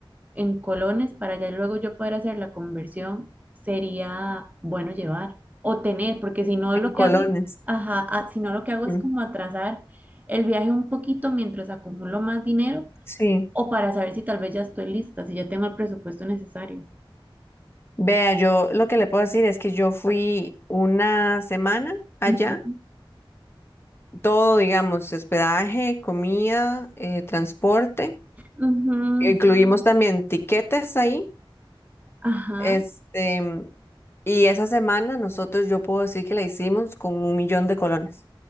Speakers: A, on the right (about 15°); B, on the left (about 25°).
A: en colones para ya luego yo poder hacer la conversión, sería bueno llevar o tener, porque si no
B: en
A: lo
B: colones
A: que hago, ajá, ah, si no lo que hago
B: Ujú,
A: es como atrasar el viaje un poquito mientras acumulo más dinero
B: Sí.
A: o para saber si tal vez ya estoy lista, si ya tengo el presupuesto necesario.
B: Vea, yo lo que le puedo decir es que yo fui una semana allá,
A: Ujú,
B: todo, digamos, hospedaje, comida, eh, transporte,
A: ujú,
B: incluimos también tiquetes ahí,
A: Ajá,
B: este, y esa semana nosotros yo puedo decir que la hicimos con un millón de colones,